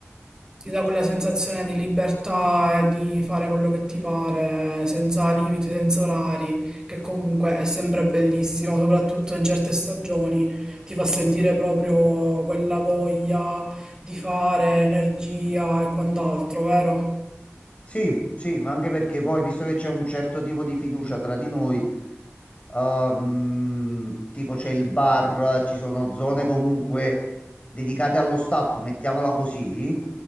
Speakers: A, on the right; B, on the left.
A: Ti dà quella sensazione di libertà e di fare quello che ti pare, senza limiti, senza orari, che comunque è sempre bellissimo, soprattutto in certe stagioni. Ti fa sentire proprio quella voglia di fare, energia e quant'altro, vero?
B: Sì, sì, ma anche perché poi, visto che c'è un certo tipo di fiducia tra di noi, ehm, tipo c'è il bar, ci sono zone comunque dedicate allo staff, mettiamola così.